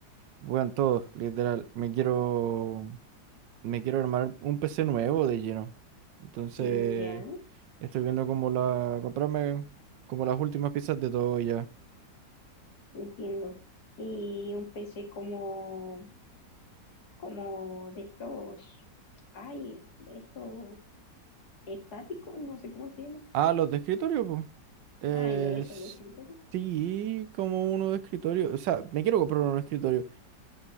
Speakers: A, on the right (about 80°); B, on the left (about 60°).
A: Weón, todo, literal. Me quiero, me quiero armar un PC nuevo de lleno. Entonces,
B: Mm, Ya,
A: estoy viendo cómo la, comprarme como las últimas piezas de todo y ya.
B: entiendo. Y un PC como, como de estos, ay, esto estático, no sé cómo se llama.
A: Ah, los de escritorio, pues. Eh,
B: Ah, ya, eso,
A: s-
B: de escritorio.
A: sí, como uno de escritorio. O sea, me quiero comprar uno de escritorio